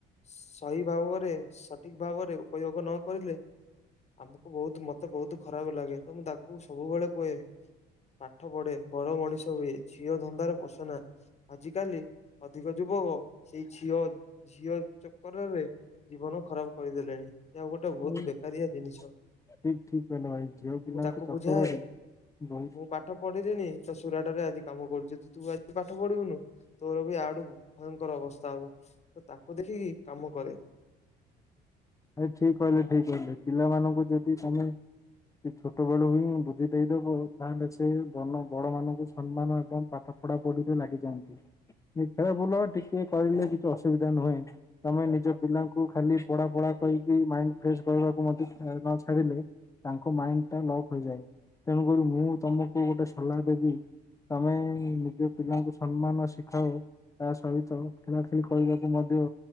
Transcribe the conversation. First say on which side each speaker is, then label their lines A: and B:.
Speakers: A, on the left; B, on the left.
A: ସହି ଭାବରେ ସଠିକ୍ ଭାବରେ ଉପଯୋଗ ନ କରିଲେ ଆମକୁ ବୋହୁତ ମତେ ବୋହୁତ ଖରାପ ଲାଗେ ତ ମୁଁ ତାଙ୍କୁ ସବୁବେଳେ କୁହେ ପାଠ ପଢେ ବଡ ମଣିଷ ହୁଏ ଝିଅ ଧନ୍ଦାରେ ପସନା। ଆଜି କାଲି ଅଧିକ ଯୁବକ ସେଇ ଝିଅ ଝିଅ ଚକ୍ରରେ ଜୀବନ ଖରାପ କରିଦେଲେଣି। ଏହା ଗୋଟେ ବହୁତ
B: ଠିକ୍
A: ବେକାରିଆ ଜିନିଷ।
B: ଠିକ୍ କହିଲେ ଭାଇ ଝିଅ ପିଲାଙ୍କ
A: ମୁଁ ତାକୁ
B: ଚକରରେ
A: ବୁଝାଏ
B: ବୋହୁତ୍
A: ମୁଁ ପାଠ ପଢିଲିିନି ତ ସୁରାଟରେ ଆଜି କାମ କରୁଚି। ତୁ ଆଜି ପାଠ ପଢିବୁନୁ ତୋର ବି ଆଠୁ ଭୟଙ୍କର ଅବସ୍ଥା ହବ ତ ତାକୁ ଦେଖିକି କାମ କରେ।
B: ଭାଇ ଠିକ୍ କହିଲେ ଠିକ୍ କହିଲେ ପିଲାମାନଙ୍କୁ ଯଦି ତମେ ଦି ଛୋଟବେଳୁ ହିଁ ବୁଦ୍ଧି ଦେଇଦବୁ ତାହେଲେ ସେ ବନ ବଡ ମାନଙ୍କୁ ସମ୍ମାନ ଏବଂ ପା ଠ ପଢା ପଢ଼ିରେ ଲାଗିଯାଆନ୍ତି। ଖେଳବୁଲ ଟିକିଏ କହିଲେ କିଛି ଅସୁବିଧା ନୁହେଁ। ତମେ ନିଜ ପିଲାଙ୍କୁ ଖାଲି ପଢା ପଢା କହିକି ମାଇଣ୍ଡ ଫ୍ରେସ୍ କରବାକୁ ମଧ୍ୟ ଆ ନ ଛାଡ଼ିଲେ ତାଙ୍କ ମାଇଣ୍ଡ ଟା ଲକ୍ ହୋଇଯାଏ। ତେଣୁକରି ମୁଁ ତମକୁ ଗୋଟେ ସଲା ଦେବି ତମେ ନିଜ ପିଲାଙ୍କୁ ସମ୍ମାନ ଶିଖାଅ ତା ସହିତ ଖେଳା ଖେଳି କରିବାକୁ ମଧ୍ୟ